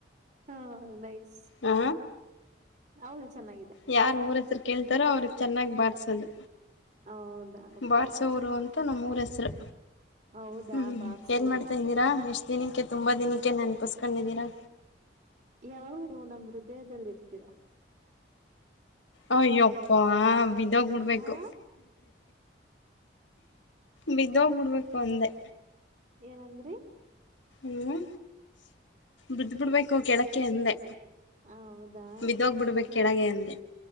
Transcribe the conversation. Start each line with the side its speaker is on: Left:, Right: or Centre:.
Right: ಹಾ ನೈಸ್.
Left: ಹ
Right: ಹೌದು ಚೆನ್ನಾಗಿದೆ
Left: ಯಾರ ಊರಸರು ಕೇಳ್ತಾರೋ ಅವ್ರಿಗೆ. ಚೆನ್ನಾಗಿ ಬಾರಿಸೋದು
Right: ಹೌದಾ ಓಕೆ
Left: ಬಾರಿಸೋರು
Right: ಓಕೆ
Left: ಅಂತ ನಮ್ಮೂರ ಹೆಸರು.
Right: ಹೌದಾ
Left: ಹ್ಮ್
Right: ಬಾರ್ಸೂರು
Left: ಏನ್ ಮಾಡ್ತಾ ಇದ್ದೀರಾ ಎಷ್ಟ್ ದಿನಕ್ಕೆ ತುಂಬಾ
Right: ಹ್ಮ್
Left: ದಿನಕ್ಕೆ ನೆನಪಿಸ. ಕಂಡಿದ್ದೀರಾ.
Right: ಯಾವಾಗ ನೀವು ನಮ್ ಹೃದಯದಲ್ಲಿ ಇರ್ತೀರಾ.
Left: ಅಯ್ಯಪ್ಪ ಬಿದ್ದೋಗ್ಬಡ್ಬೇಕು.
Right: ಹಾ
Left: ಬಿದ್ದೋಗ್ಬಿಡ್ಬೇಕು ಅಂದೇ.
Right: ಏನಂದ್ರರಿ.
Left: ಹ್ಮ ಬಿದ್ ಬಿಿಡ್ಬೇಕು ಕೆಳಕ್ಕೆ ಅಂದೆ.
Right: ಹ ಹೌದಾ
Left: ಬಿದ್ದೋಗ್ಬಿಡ್ಬೇಕ್
Right: ನ.
Left: ಕೆಳಗೆ ಅಂದೆ